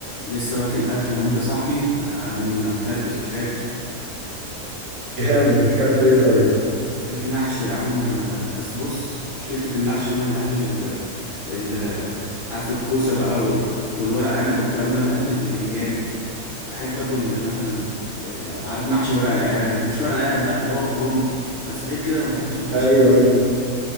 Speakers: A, on the left (about 70°); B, on the right (about 70°).
A: لسه واكل اكله موت يا صاحبي انا م- متربس مش قادر
B: جامد كلت ايه طيب
A: اكلت محشي يا عم بس بص مشكلتي في المحشي ان انا ما بحبش ال ال عارف الكوسه بقى وال والورق عنب والكلام ده انا بحب البتنجان بحب اكل مثلا آه، عارف محشي ورق الع... آه، مش ورق العنب لا اللي هو الكرنب بس غير كده ما بحبش المحاشي
B: ايوه
A: خالص
B: ايوه